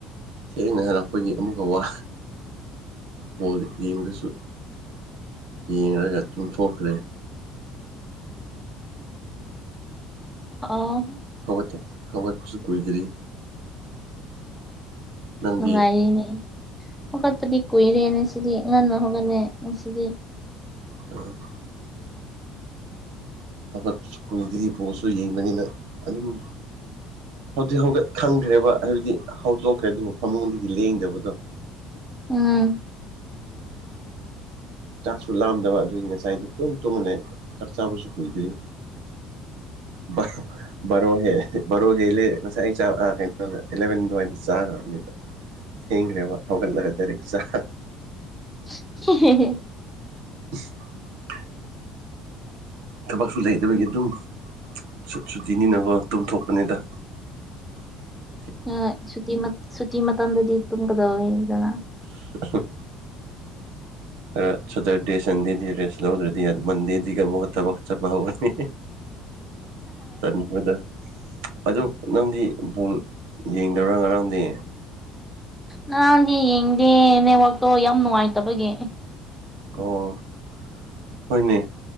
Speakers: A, on the right (about 85°); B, in the centre.
A: ꯊꯦꯡꯅ ꯍꯜꯂꯛꯄꯒꯤ ꯑꯃꯨꯛꯀ ꯋꯥ ꯕꯣꯜ ꯌꯦꯡꯕꯗꯁꯨ ꯌꯦꯡꯔꯒ ꯇꯨꯝꯊꯣꯛꯈ꯭ꯔꯦ
B: ꯑꯥꯎ
A: ꯍꯧꯒꯠꯇꯦ ꯍꯧꯒꯠꯄꯁꯨ ꯀꯨꯏꯗ꯭ꯔꯤ ꯅꯪꯗꯤ
B: ꯅꯨꯡꯉꯥꯏꯔꯤꯅꯦ ꯍꯧꯒꯠꯄꯗꯤ ꯀꯨꯏꯔꯦ ꯅꯁꯤꯗꯤ ꯉꯟꯅ ꯍꯧꯒꯠꯂꯦ ꯉꯥꯁꯤꯗꯤ
A: ꯎꯝ ꯍꯧꯒꯠꯄꯁꯨ ꯀꯨꯏꯗ꯭ꯔꯤ ꯕꯣꯜꯁꯨ ꯌꯦꯡꯕꯅꯤꯅ ꯑꯗꯨꯝ ꯍꯧꯗꯤ ꯍꯧꯒꯠ ꯈꯪꯈ꯭ꯔꯦꯕ ꯍꯥꯏꯕꯗꯤ ꯍꯧꯗꯣꯛꯈ꯭ꯔꯦ ꯗꯨꯕꯨ ꯐꯃꯨꯡꯗꯤ ꯂꯦꯡꯗꯕꯗꯣ
B: ꯎꯝ
A: ꯆꯥꯛꯁꯨ ꯂꯥꯝꯗꯕ ꯑꯗꯨꯒꯤ ꯉꯁꯥꯏꯗ ꯗꯨꯝ ꯇꯨꯝꯃ ꯂꯩ ꯆꯥꯛ ꯆꯥꯕꯁꯨ ꯀꯨꯏꯗ꯭ꯔꯤ ꯕꯥꯔꯣ ꯕꯥꯔꯣ ꯍꯦꯜ ꯕꯥꯔꯣ ꯍꯦꯜꯂꯦ ꯉꯁꯥꯏ ꯑꯩꯥ ꯆꯥꯛ ꯑꯥ ꯀꯩꯅꯣ ꯑꯦꯂꯚꯦꯟ ꯗꯨꯋꯥꯏꯗ ꯆꯥꯈ꯭ꯔꯕꯅꯤꯅ ꯊꯦꯡꯒ꯭ꯔꯦꯕ ꯍꯧꯒꯜꯂꯔ ꯗꯥꯏꯔꯦꯛ ꯆꯥ
B: <unintelligible>
A: <inaudible> ꯊꯕꯛꯁꯨ ꯂꯩꯇꯕꯒꯤ ꯑꯗꯨꯝ ꯁꯨ ꯁꯨꯇꯤꯅꯤꯅꯀꯣ ꯇꯨꯝꯊꯣꯛꯄꯅꯤꯗ <inaudible>
B: ꯍꯣꯏ ꯁꯨꯇꯤ ꯃꯠ ꯁꯨꯇꯤ ꯃꯇꯝꯗꯗꯤ ꯇꯨꯝꯒꯗꯧꯅꯤꯗꯅ
A: <unintelligible> ꯑꯥ ꯁꯇꯔꯗꯦ ꯁꯟꯗꯦꯗꯤ ꯔꯦꯁ ꯂꯧꯗ꯭ꯔꯗꯤ ꯃꯟꯗꯦꯗꯒꯤ ꯑꯃꯨꯛꯀ ꯊꯕꯛ ꯆꯠꯄ ꯍꯧꯔꯅꯤ ꯇꯟꯕꯗ ꯑꯗꯨ ꯅꯪꯗꯤ ꯕꯣꯜ ꯌꯦꯡꯗꯕ꯭ꯔꯥ ꯉꯔꯥꯡꯗꯤ
B: ꯉꯔꯥꯦꯡꯗꯤ ꯌꯦꯡꯗꯦ ꯅꯦꯠꯋꯥꯛꯇꯣ ꯌꯥꯝ ꯅꯨꯡꯉꯥꯏꯇꯕꯒꯤ
A: ꯑꯣ ꯍꯣꯏꯅꯦ